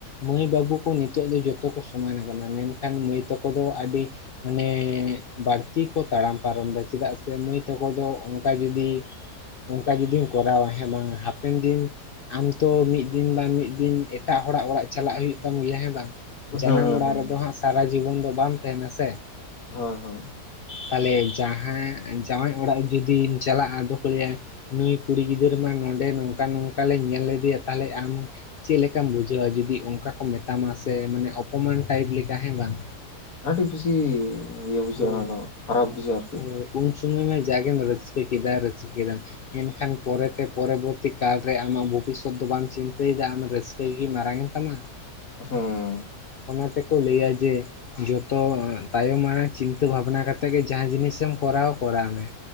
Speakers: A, on the left (about 80°); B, on the left (about 55°).
A: ᱢᱟᱹᱭ ᱵᱟᱹᱵᱩ ᱠᱚ ᱱᱤᱛᱚᱜ ᱫᱚ ᱡᱚᱛᱚ ᱠᱚ ᱥᱚᱢᱟᱱ ᱟᱠᱟᱱᱟ ᱢᱮᱱᱠᱷᱟᱱ ᱢᱟᱹᱭ ᱛᱟᱠᱚ ᱫᱚ ᱟᱹᱰᱤ ᱢᱟᱱᱮ ᱵᱟᱹᱲᱛᱤ ᱠᱚ ᱛᱟᱲᱟᱢ ᱯᱟᱨᱚᱢ ᱫᱟ ᱪᱮᱫᱟᱜ ᱥᱮ ᱢᱟᱹᱭ ᱛᱟᱠᱚ ᱫᱚ ᱚᱱᱠᱟ ᱡᱩᱫᱤ ᱚᱱᱠᱟ ᱡᱩᱫᱤᱢ ᱠᱚᱨᱟᱣᱟ ᱦᱮᱸ ᱵᱟᱝᱟ ᱦᱟᱯᱮᱱ ᱫᱤᱱ ᱟᱢ ᱛᱚ ᱢᱤᱫ ᱢᱤᱫ ᱫᱤᱱ ᱵᱟᱝ ᱢᱤᱫ ᱫᱤᱱ ᱮᱴᱟᱜ ᱦᱚᱲᱟᱜ ᱚᱲᱟᱜ ᱪᱟᱞᱟᱜ ᱦᱩᱭᱩᱜ ᱛᱟᱢ ᱜᱮᱭᱟ ᱦᱮᱸ ᱵᱟᱝ
B: ᱦᱩᱸ
A: ᱡᱟᱱᱟᱢ
B: ᱦᱩᱸ
A: ᱚᱲᱟᱜ
B: ᱦᱩᱸ
A: ᱨᱮᱫᱚ ᱦᱟᱸᱜ ᱥᱟᱨᱟ ᱡᱤᱵᱚᱱ ᱫᱚ ᱵᱟᱢ ᱛᱟᱦᱮᱱᱟ ᱥᱮ
B: ᱦᱳᱭ ᱦᱳᱭ
A: ᱛᱟᱦᱚᱞᱮ ᱡᱟᱦᱟᱸ ᱡᱟᱶᱟᱭ ᱚᱲᱟᱜ ᱡᱩᱫᱤᱢ ᱪᱟᱞᱟᱜᱼᱟ ᱟᱫᱚ ᱠᱚ ᱞᱟᱹᱭᱟ ᱱᱩᱭ ᱠᱩᱲᱤ ᱜᱤᱫᱟᱹᱨ ᱢᱟ ᱱᱚᱰᱮ ᱱᱚᱝᱠᱟ ᱱᱚᱝᱠᱟ ᱞᱮ ᱧᱮᱞ ᱞᱮᱫᱮᱭᱟ ᱛᱟᱦᱞᱮ ᱟᱢ ᱪᱮᱫ ᱞᱮᱠᱟᱢ ᱵᱩᱡᱷᱟᱹᱣᱟ ᱡᱚᱫᱤ ᱚᱱᱠᱟ ᱠᱚ ᱢᱮᱛᱟᱢᱟ ᱥᱮ ᱢᱟᱱᱮ ᱚᱯᱚᱢᱟᱱ ᱴᱟᱭᱤᱯ ᱞᱮᱠᱟ ᱦᱮᱸ ᱵᱟᱝ
B: ᱟᱹᱰᱤ ᱵᱤᱥᱤ ᱤᱭᱟᱹ ᱵᱩᱡᱷᱟᱹᱜᱣᱟᱼᱟ
A: ᱦᱳᱭ
B: ᱚᱱᱟ ᱫᱚ ᱠᱷᱟᱨᱟᱯ ᱵᱩᱡᱷᱟᱹᱜᱼᱟ ᱟᱨᱠᱤ
A: ᱦᱳᱭ ᱩᱱ ᱥᱚᱢᱚᱭ ᱢᱟ ᱡᱟᱜᱮ ᱨᱟᱹᱥᱠᱟᱹ ᱠᱮᱫᱟ ᱨᱟᱹᱥᱠᱟᱹ ᱠᱮᱫᱟᱢ ᱢᱮᱱᱠᱷᱟᱱ ᱯᱚᱨᱮᱛᱮ ᱯᱚᱨᱚᱵᱚᱨᱛᱤ ᱠᱟᱞᱨᱮ ᱟᱢᱟᱜ ᱵᱷᱚᱵᱤᱥᱥᱚᱛ ᱫᱚ ᱵᱟᱢ ᱪᱤᱱᱛᱟᱹᱭᱮᱫᱟ ᱟᱢ ᱨᱟᱹᱥ ᱡᱜᱮ ᱢᱟᱨᱟᱝᱮᱱ ᱛᱟᱢᱟ
B: ᱦᱮᱸ
A: ᱚᱱᱟ ᱛᱮᱠᱚ ᱞᱟᱹᱭᱟ ᱡᱮ ᱡᱚᱛᱚ ᱛᱟᱭᱚᱢ ᱢᱟᱲᱟᱝ ᱪᱤᱱᱛᱟᱹ ᱵᱷᱟᱵᱱᱟ ᱠᱟᱛᱮᱫ ᱜᱮ ᱡᱟᱦᱟᱸ ᱡᱤᱱᱤᱥ ᱮᱢ ᱠᱚᱨᱟᱣᱟ ᱠᱚᱨᱟᱣ ᱢᱮ